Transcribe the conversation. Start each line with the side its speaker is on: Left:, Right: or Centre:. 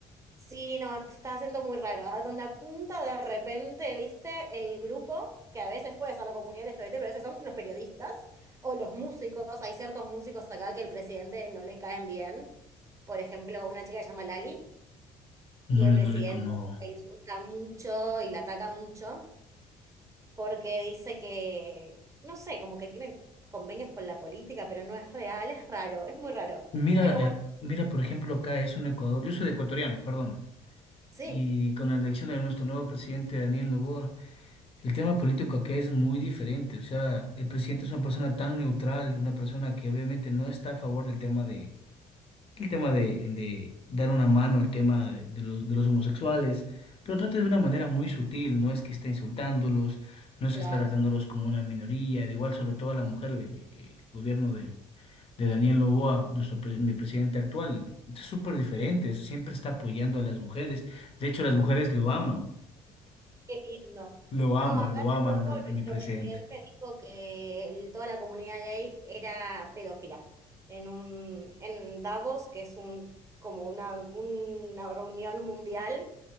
Right: Sí, no, se está haciendo muy raro. A donde apunta de repente, viste, el grupo, que a veces puede ser la comunidad LGBT, pero a veces son los periodistas o los músicos. Hay ciertos músicos acá que el presidente no le caen bien. Por ejemplo, una chica que se llama Lali
Left: No
Right: y el
Left: le,
Right: presidente
Left: no le, con- no.
Right: la insulta mucho y la ataca mucho porque dice que, no sé, como que tiene convenios con la política, pero no es real, es raro, es muy raro.
Left: Mira,
Right: Pero bueno,
Left: eh, mira, por ejemplo, acá es un Ecuador, yo soy de ecuatoriano, perdona.
Right: sí,
Left: y con la elección de nuestro nuevo presidente Daniel Noboa, el tema político acá es muy diferente. O sea, el presidente es una persona tan neutral, una persona que obviamente no está a favor del tema de, el tema de, de dar una mano al tema de, de los, de los homosexuales, pero trata de una manera muy sutil, no es que está insultándolos, no es
Right: claro.
Left: que está tratándolos como una minoría, de igual sobre todo a la mujer, le- el gobierno del- de Daniel Noboa, nuestro pre- mi presidente actual, es súper diferente, siempre está apoyando a las mujeres, de hecho las mujeres lo aman,
Right: Qué lindo.
Left: lo
Right: No,
Left: aman,
Right: acá
Left: lo
Right: hace
Left: aman
Right: poco
Left: a, nos-
Right: nuestro
Left: a mi presidente.
Right: presidente dijo que el- toda la comunidad gay era pedófila. En un, en Davos, que es un, como una, una reunión mundial